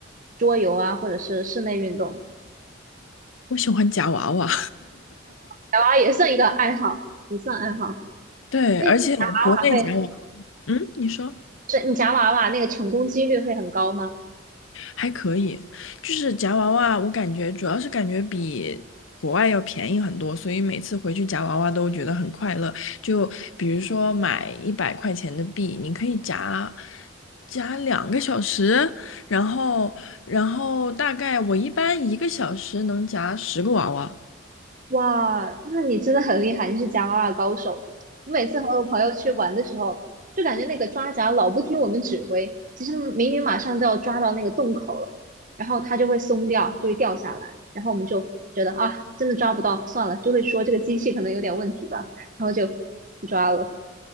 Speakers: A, on the right; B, on the left.
A: 桌游啊，或者是室内运动？
B: 我喜欢夹娃娃，
A: 夹娃娃也算一个爱好，也算爱好。
B: <laughs> 对，
A: 那你娃娃会
B: 而且国内夹娃，嗯，你说。
A: 是你夹娃娃那个成功几率会很高吗？
B: 还可以，就是夹娃娃，我感觉主要是感觉比国外要便宜很多，所以每次回去夹娃娃都觉得很快乐。就比如说买一百块钱的币，你可以夹夹两个小时，然后然后大概我一般一个小时能夹十个娃娃。
A: 哇，那你真的很厉害，你是夹娃娃高手。我每次和我朋友去玩的时候，就感觉那个抓夹老不听我们指挥，其实明明马上都要抓到那个洞口了，然后它就会松掉，就会掉下来，然后我们就觉得啊，真的抓不到，算了，就会说这个机器可能有点问题吧，然后就不抓了。